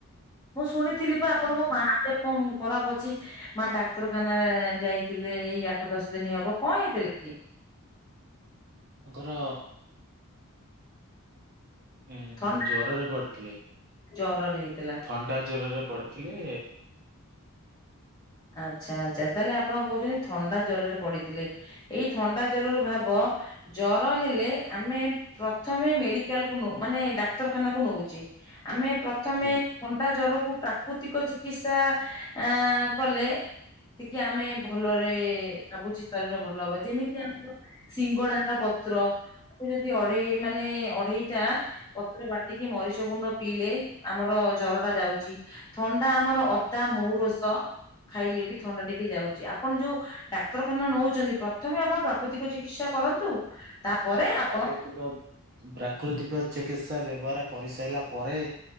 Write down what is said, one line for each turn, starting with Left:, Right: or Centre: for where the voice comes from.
Left: ମୁଁ ଶୁଣିଥିଲି
Right: ତାଙ୍କର
Left: ପା ଆପଣଙ୍କ ମା ଦେହ ଉଁ ଖରାପ ଅଛି। ମା ଡାକ୍ତରଖାନା ଯାଇଥିଲେ ଏଇ ଆଠ ଦଶ ଦିନି ହେବ। କଁ ହେଇଥିଲା କି?
Right: ତାଙ୍କର ଏଁ
Left: ଥଣ୍ଡା
Right: ଜରରେ ପଡ଼ିଥିଲେ।
Left: ଜରରେ ହେଇଥିଲା?
Right: ଅଣ୍ଡା ଜ୍ୱରରେ ପଡ଼ିଥିଲେ।
Left: ଆଚ୍ଛା ଆଚ୍ଛା, ତାହେଲେ ଆପଣ କହୁଛନ୍ତି, ଥଣ୍ଡା ଜ୍ୱରରେ ପଡିଥିଲେ। ଏଇ ଥଣ୍ଡା ଜ୍ୱରରୁ ଭାବ ଜର ହେଲେ ଆମେ ପ୍ରଥମେ ମେଡିକାଲ କୁ ମାନେ ଡାକ୍ତରଖାନା କୁ ନଉଛେ। ଆମେ ପ୍ରଥମେ
Right: ଆଜ୍ଞା
Left: ଥଣ୍ଡା ଜ୍ୱରକୁ ପ୍ରାକୃତିକ ଚିକିତ୍ସା ଆଁ କଲେ, ଟିକେ ଆମେ ଭଲରେ ଭାବୁଛି ଶରୀର ଭଲ ହବ। ଯେମିତି ଆମର ସିଙ୍ଗଡାହାର ପତ୍ର। ତାକୁ ଯଦି ଅଢେଇ ମାନେ ଅଢେଇଟା ପତ୍ର ବାଟ୍ ଟିକି ମରିଚ ଗୁଣ୍ଡ ପିଇଲେ, ଆମର ଜର ଟା ଯାଉଚି। ଥଣ୍ଡା ଆମର ଅଦା ମଉ ରସ ଖାଇଲେ ବି ଥଣ୍ଡା ଟିକେ ଯାଉଛି। ଆପଣ ଯୋଉ ଡାକ୍ତରଖାନା ନଉଚନ୍ତି। ପ୍ରଥମେ ଆପଣ ପ୍ରାକୃତିକ ଚିକିତ୍ସା କରନ୍ତୁ। ତାପରେ
Right: ଆଉ
Left: ଆପଣ
Right: ତାକୁ ଏତିକ ପ୍ରାକୃତିକ ଚିକିତ୍ସା ବ୍ୟବହାର କରିସାଇଲା ପରେ,